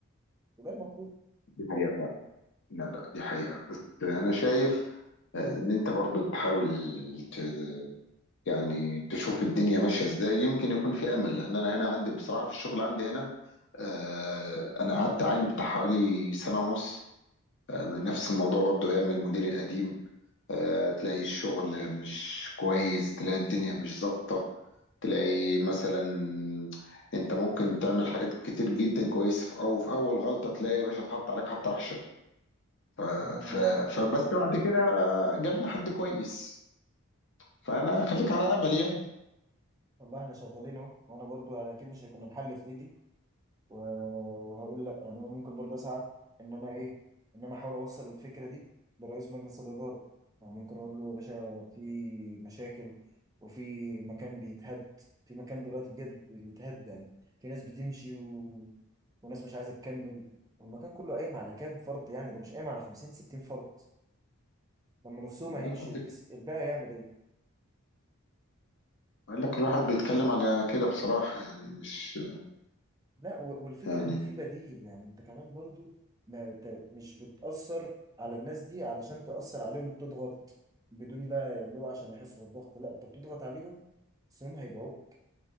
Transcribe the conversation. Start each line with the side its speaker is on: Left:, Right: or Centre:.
Right: وده المطلوب
Left: دي حقيقة فعلًا، لا، لأ دي حقيقة، بس أنا شايف آآ إن أنت برضه تحاول ت يعني تشوف الدنيا ماشية إزاي، يمكن يكون في أمل، لإن أنا هنا عندي بصراحة في الشغل عندي هنا آآ أنا قعدت أعاني بتاع حوالي سَنة ونُص. من نفس الموضوع برضو ايام المدير القديم آه، تلاقي الشغل مش كويس تلاقي الدنيا مش ظابطة تلاقي مثلا انت ممكن تعمل حاجات كتير جدا كويس في او في اول غلطة تلاقي يا باشا اتحط عليك حطة وحشة ف...
Right: آه،
Left: ف... فبس بعد كده آه، جالنا حد كويس فانا خليك على امل يعني
Right: والله احنا شغالين اهو وانا برضو يعني اكيد مش هيكون الحل في ايدي و- وهقول لا يعني انا ممكن برضو اسعى ان انا ايه ان انا احاول اوصل الفكره دي لرئيس مجلس الاداره يعني ممكن اقول له يا باشا في مشاكل وفي مكان بيتهد في مكان دلوقتي بجد بيتهد يعني في ناس بتمشي و... وناس مش عايزه تكمل والمكان كله قايم على كام فرد يعني ده مش قايم على 50 60 فرد لما نصهم
Left: يعني
Right: هيمشي
Left: الواحد بيت-
Right: الس- الباقي يعمل ايه
Left: بقول لك الواحد بيتكلم على كده بصراحة يعني مش
Right: لا و- والفكرة
Left: يعني
Right: ان في بديل يعني انت كمان برضو ما ت- مش بتأثر على الناس دي علشان تأثر عليهم تضغط بدون بقى اللي هو عشان يحسوا بالضغط لا انت بتضغط عليهم بس هم هيبيعوك